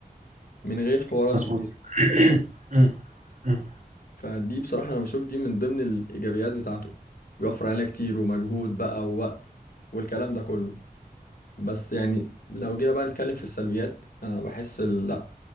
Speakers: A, on the left; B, on the right.
A: من غير حوارات
B: مظبوط
A: كتير
B: <coughs> <clears throat> مم. مم.
A: فدي بصراحة أنا بشوف دي من ضمن الإيجابيات بتاعته بيوفر علينا كتير ومجهود بقى ووقت والكلام ده كله بس يعني لو جينا بقى نتكلم في السلبيات أنا بحس ال- لأ